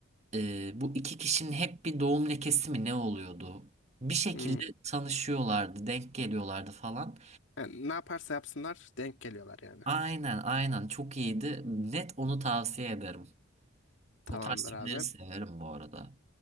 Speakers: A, on the right; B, on the left.
A: E, bu iki kişinin hep bir doğum lekesi mi ne oluyordu? Bir şekilde
B: Hmm.
A: tanışıyorlardı, denk geliyorlardı falan.
B: Yani ne yaparsa yapsınlar denk geliyorlar yani.
A: Aynen, aynen çok iyiydi. Net onu tavsiye ederim.
B: Tamamdır
A: O tarz filmleri
B: abi.
A: severim bu arada.